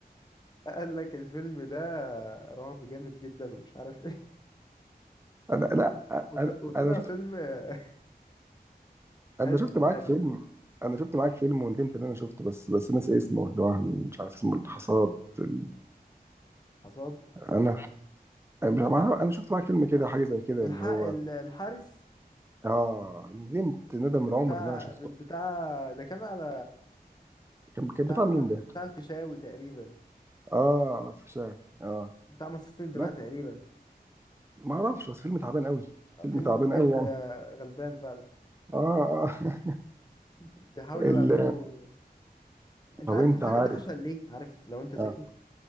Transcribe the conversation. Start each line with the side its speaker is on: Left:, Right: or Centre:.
Left: قال لك الفيلم ده رعب جامد جدا ومش عارف ايه
Right: انا لا
Left: و-
Right: انا
Left: وط- وطلع
Right: انا شفت
Left: فيلم آه، <laughs>
Right: انا
Left: هزلي
Right: شفت معاك
Left: يعني
Right: فيلم
Left: جدا
Right: انا شفت معاك فيلم وندمت ان انا شفته بس بس ناسي اسمه اللي هو مش عارف اسمه الحصاد ال...
Left: حصاد
Right: انا أنا مش عارف- انا شفت معاك فيلم كده حاجة زي كده
Left: الح...
Right: اللي هو
Left: ال- الحارس
Right: اه ندمت ندم
Left: ده
Right: العمر
Left: بتاع
Right: ان انا شفته
Left: بتاع ده كان على
Right: كان كان
Left: بتاع
Right: بتاع مين ده
Left: بتاع الفيشاوي تقريبا
Right: اه في شارع اه
Left: بتاع مصاصين الدماء
Right: لا
Left: تقريبا
Right: ما اعرفش بس فيلم تعبان قوي فيلم
Left: فيلم
Right: تعبان
Left: بجد
Right: قوي يعني
Left: آه، غلبان فعلا
Right: اه اه <laughs>
Left: بيحاولوا
Right: ال...
Left: يعملوا انت
Right: طب
Left: عارف
Right: انت
Left: الفيلم
Right: عارف
Left: ده فشل ليه عارف لو انت ذكي
Right: اه